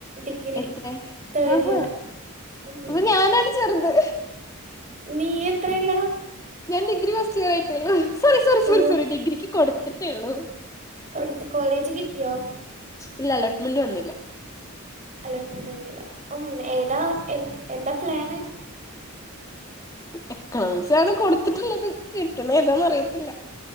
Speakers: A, on the right; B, on the left.
A: ഡിഗ്രി
B: എത്രെ
A: തേർഡ്
B: ആഹ
A: ഇയർ ഉം
B: അപ്പൊ ഞാനാണ് ചെർത്.
A: നീ എത്രെല?
B: ഞാൻ ഡിഗ്രി ഫസ്റ്റ് ഇയർ ആയിട്ടേയുള്ളൂ സോറി സോറി സോറി
A: ഓ
B: സോറി ഡിഗ്രിക്ക് കൊടുത്തിട്ടേ ഉള്ളു.
A: കൊടുത്ത് കോളേജ് കിട്ടിയോ?
B: ഇല്ല അലോട്ട്മെന്റ് വന്നില്ല.
A: അലോട്ട്മെന്റ് വന്നില്ല ഉം ഏതാ എ എന്താ പ്ലാന്?
B: എക്കണോമിക്സ് ആണ് കൊടുത്തിട്ടുള്ളത് കിട്ടണ ഏതാന്നന്ന് അറിയത്തില്ല.